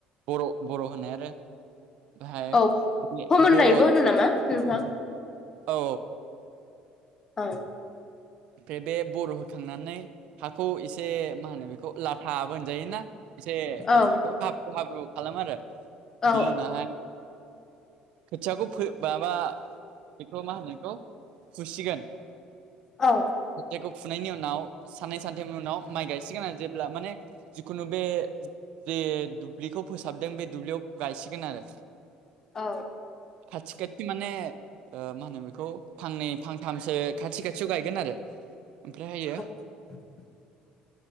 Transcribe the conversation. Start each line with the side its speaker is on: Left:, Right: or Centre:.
Right: बर' बर' होनाय आरो बेहाय
Left: औ फोमोननायबो
Right: बर' औ
Left: होनो नामा नोंथां
Right: औ
Left: औ
Right: ओमफ्राय बे बर' होखांनानै हाखौ एसे मा होनो बेखौ लाथ हाबो होनजायोना एसे <unintelligible>
Left: औ
Right: हाब्रु हाब्रु खालामो आरो
Left: औ
Right: बिनि उनावहाय खोथियाखौ माबा बेखौ' मा होनो बेखौ फुसिगोन
Left: औ
Right: खोथियाखौ फुनायनि उनाव साननै सानथामनि उनाव माइ गायसिगोन आरो जेब्ला माने जिखुनु बे जे दुब्लिखौ फोसाबदों बे दुब्लियाव गायसिगोन आरो
Left: औ
Right: खाथि खाथि ओ माने मा होनो बेखौ फांनै फांथामसो खाथि खाथियाव गाय गोन आरो। ओमफ्रायहायो
Left: <inaudible>